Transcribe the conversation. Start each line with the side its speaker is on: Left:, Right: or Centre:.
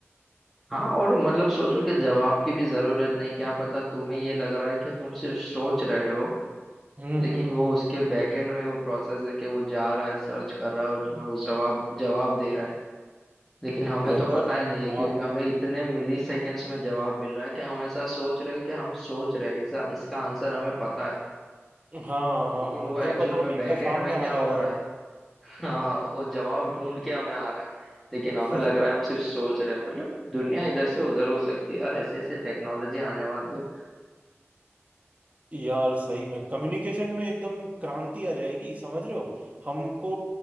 Centre: हाँ और मतलब सोचो कि जवाब की भी जरूरत नहीं क्या पता तुम्हें ये लग रहा है कि तुम सिर्फ सोच रहे हो
Right: हम्म
Centre: लेकिन
Right: हम्म
Centre: वो
Right: हम्म
Centre: उसके बैकएंड में वो प्रोसेस है कि वो जा रहा है सर्च कर रहा है और तुम्हें वो जवाब जवाब दे रहा है लेकिन हमें
Right: ब्रदर
Centre: तो पता ही नहीं है
Right: हाँ
Centre: क्योंकि हमें इतने मिली सेकेंड्स में जवाब मिल रहा है कि हम ऐसा सोच रहे हैं कि हम सोच रहे हैं इसका इसका आंसर हमें पता है
Right: हाँ
Centre: लेकिन
Right: हाँ हाँ
Centre: वो
Right: क्या
Centre: एक्चुअल
Right: पता वो
Centre: में
Right: डेटा
Centre: बैकएंड
Right: सामने
Centre: में क्या
Right: आ
Centre: हो
Right: जा रहा
Centre: रहा है <laughs> हाँ वो जवाब ढूंढ के हमें आ रहा है लेकिन
Right: है
Centre: हमें लग रहा है हम सिर्फ सोच रहे हैं मतलब दुनिया इधर से उधर हो सकती है यार ऐसी ऐसी टेक्नोलॉजी आने वाली है
Right: यार सही में कम्युनिकेशन में एकदम क्रांति आ जाएगी समझ रहे हो हमको